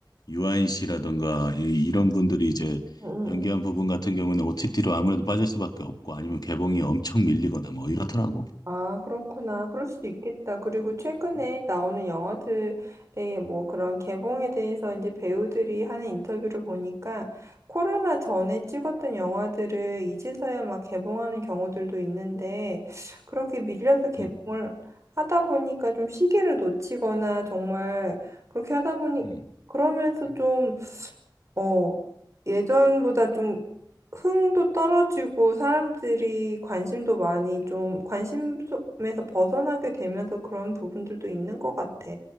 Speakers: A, on the left; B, on the right.
A: 유아인 씨라든가 이, 이런 분들이 이제
B: 응,
A: 연기한
B: 음,
A: 부분 같은 경우는 OTT로 아무래도 빠질 수밖에 없고 아니면 개봉이 엄청 밀리거나 뭐 이렇더라고.
B: 아, 그렇구나. 그럴 수도 있겠다. 그리고 최근에
A: 음,
B: 나오는 영화들의 뭐 그런 개봉에 대해서 이제 배우들이 하는 인터뷰를 보니까 코로나 전에 찍었던 영화들을 이제서야 막 개봉하는 경우들도 있는데 그렇게 밀려서 개봉을
A: 음,
B: 하다 보니까 좀 시기를 놓치거나 정말 그렇게 하다 보니
A: 음.
B: 그러면서 좀 어, 예전보다 좀 흥도 떨어지고 사람들이 관심도 많이 좀 관심에서 벗어나게 되면서 그런 부분들도 있는 것 같아.